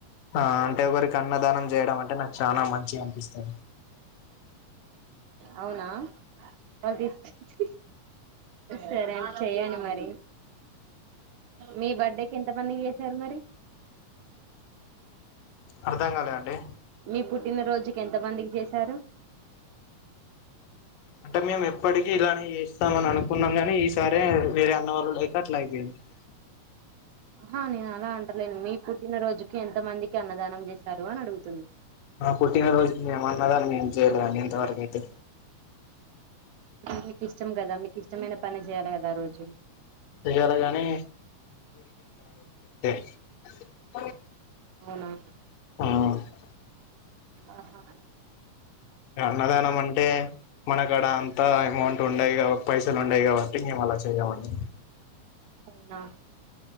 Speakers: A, on the left; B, on the right.
A: ఆ అంటే ఎవ్వరికి అన్నదానం చేయడం అంటే నాకు చాలా మంచిగ అనిపిస్తాది.
B: అవునా వాళ్ళు తీసుకొచ్చి సరే అండి చెయ్యండి మరి. మీ బర్త్డేకి ఎంత మంది కి చేసారు మరి.
A: అర్థం కాలేదండీ.
B: మీ పుట్టిన రోజుకి ఎంత మందికి చేశారు.
A: అంటే మేము ఎప్పటికీ ఇలానే చేస్తామ అని అనుకున్నాం గాని, ఈసారే మీర అన్నవాళ్ళు లేక అట్లా అయిపోయింది. <inaudible>
B: ఆ నేను అలా అంటలేను. మీ పుట్టినరోజుకి ఎంత మందికి అన్నదానం చేశారు అని అడుగుతున్నా?
A: మా పుట్టినరోజుకి మేము అన్నదానం ఏం చేయలే ఇంతవరకు అయితే.
B: మీకు ఇష్టం కదా? మీకు ఇష్టమైన పని చేయాలి కదా ఆ రోజు.
A: చేయాలే గాని అ <inaudible>
B: అవునా
A: మ్
B: ఆహా!
A: ఇగ అన్నదానం అంటే మన కాడ అంత అమౌంట్ ఉన్నాయి. పైసలు ఉండాయి కాబట్టి మేము అలా చేయమండి
B: అవునా